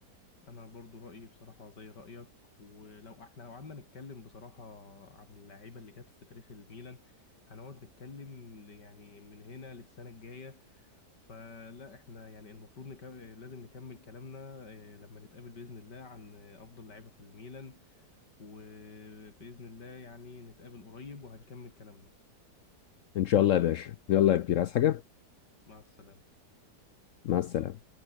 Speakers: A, on the left; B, on the left.
A: انا برضو رايي بصراحه زي رايك ولو احنا لو قعدنا نتكلم بصراحه عن اللعيبه اللي جت في تاريخ الميلان هنقعد نتكلم ل- يعني من هنا للسنه الجايه فلا احنا يعني المفروض نكمل لازم نكمل كلامنا آه، لما نتقابل باذن الله عن آه، افضل لعيبه في الميلان وباذن الله يعني نتقابل قريب وهنكمل كلامنا
B: ان شاء الله يا باشا يلا يا كبير عايز حاجه
A: مع السلامه
B: مع السلامه